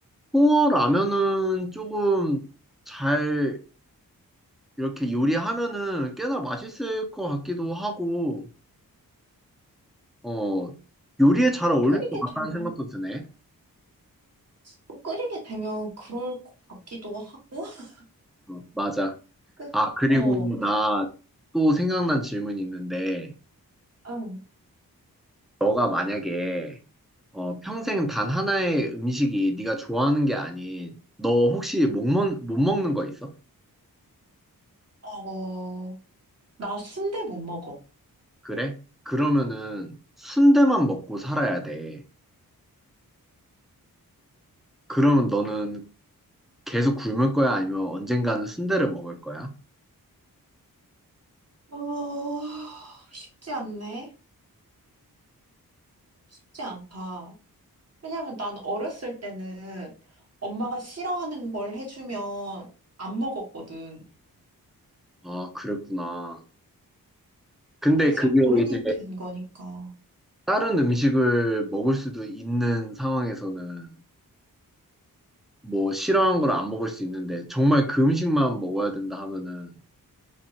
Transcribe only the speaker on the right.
또
끓이게
되면
또 끓이게 되면 그럴 것 같기도 하고, <laughs>
그-
어,
응,
어, 나 순대 못 먹어.
어, 쉽지 않네. 쉽지 않다. 왜냐면 난 어렸을 때는 엄마가 싫어하는 걸 해주면 안 먹었거든.
근데 이제
어른이
된 거니까.